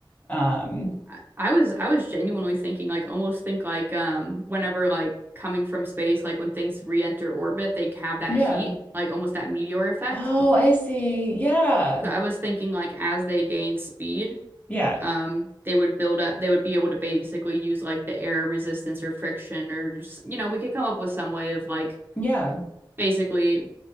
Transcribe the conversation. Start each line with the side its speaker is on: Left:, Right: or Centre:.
Left: Um,
Right: I I was I was genuinely thinking like almost think like um whenever like coming from space like when things re-enter orbit they have that
Left: yeah.
Right: heat like almost that meteor effect.
Left: Oh, I see. Yeah.
Right: So I was thinking like as they gain speed
Left: Yeah.
Right: um they would build up they would be able to basically use like the air resistance or friction or s- you know we could come up with some way of like
Left: Yeah,
Right: basically